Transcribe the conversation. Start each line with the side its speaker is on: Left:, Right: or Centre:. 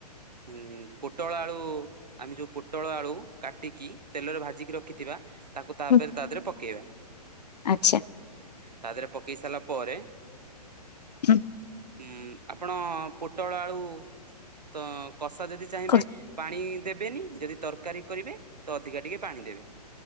Right: ହୁଁ ପୋଟଳ ଆଳୁ ଆମେ ଯୋଉ ପୋଟଳ ଆଳୁ କାଟିକି ତେଲରେ ଭାଜିକି ରଖିଥିବା। ତାକୁ ତାପରେ
Left: ହୁଁ
Right: ତା ଦେହରେ ପକେଇବା।
Left: ଆଚ୍ଛା
Right: ତା ଦେହରେ ପକେଇ ସାରିଲା ପରେ
Left: ହୁ।
Right: ଉଁ ଆପଣ ପୋଟଳ ଆଳୁ ତ କଷା ଯଦି ଚାହିଁବେ
Left: କ-
Right: ପାଣି ଦେବେନି ଯଦି ତରକାରୀ କରିବେ ତ ଅଧିକା ଟିକେ ପାଣି ଦେବେ।